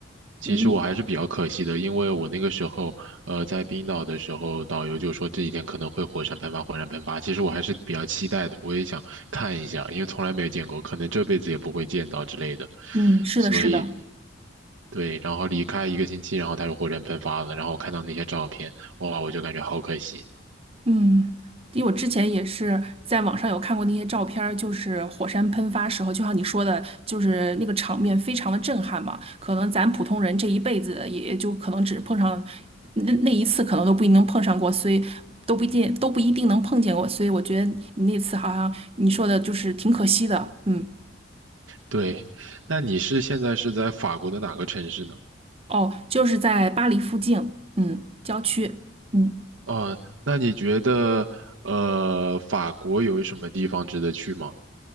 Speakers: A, on the right; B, on the right.
A: 其实我还是比较可惜的，
B: 嗯
A: 因为我那个时候，呃，在冰岛的时候，导游就说这几天可能会火山喷发，火山喷发。其实我还是比较期待的，我也想看一下，因为从来没有见过，可能这辈子也不会见到之类的。
B: 嗯，是的，
A: 所以，
B: 是的。
A: 对，然后离开一个星期，然后他就火山喷发了，然后我看到那些照片，哇，我就感觉好可惜。
B: 嗯，因为我之前也是在网上有看过那些照片儿，就是火山喷发时候，就像你说的，就是那个场面非常的震撼嘛。可能咱普通人这一辈子也就可能只碰上那那一次，可能都不一定能碰上过，所以都不一定都不一定能碰见过。所以我觉得你那次好像你说的就是挺可惜的。嗯，
A: 对，那你是现在是在法国的哪个城市呢？
B: 哦，就是在巴黎附近，嗯，郊区。嗯。
A: 呃，那你觉得，呃，法国有什么地方值得去吗？